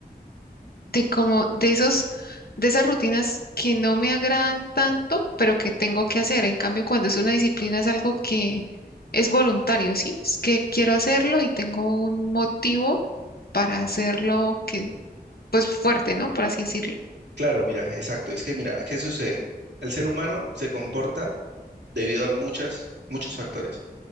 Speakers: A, on the left (about 65°); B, on the right (about 90°).
A: de como de esos, de esas rutinas que no me agradan tanto, pero que tengo que hacer. En cambio, cuando es una disciplina es algo que es voluntario, ¿sí? Es que quiero hacerlo y tengo un motivo para hacerlo que, pues fuerte, ¿no? Por así decirlo.
B: Claro, mira, exacto. Es que mira, ¿qué sucede? El ser humano se comporta debido a muchas, muchos factores.